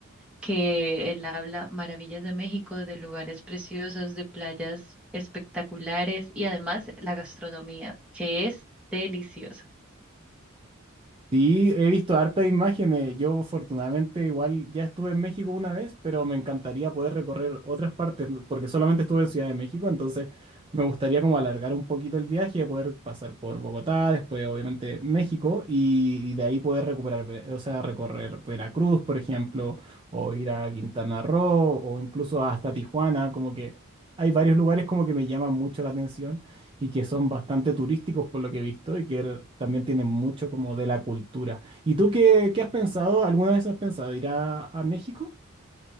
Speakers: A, in the centre; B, on the right (about 25°).
A: que él habla maravillas de México, de lugares preciosos, de playas espectaculares y además la gastronomía, que es deliciosa.
B: Sí, he visto hartas imágenes. Yo afortunadamente igual ya estuve en México una vez, pero me encantaría poder recorrer otras partes, ¿no? porque solamente estuve en Ciudad de México, entonces me gustaría como alargar un poquito el viaje, poder pasar por Bogotá, después obviamente México, y, y de ahí poder recuperar, Ve- o sea, recorrer Veracruz, por ejemplo, o ir a Quintana Roo, o incluso hasta Tijuana, como que hay varios lugares como que me llaman mucho la atención y que son bastante turísticos por lo que he visto y que r- también tienen mucho como de la cultura. ¿Y tú qué, qué has pensado? ¿Alguna vez has pensado ir a, a México?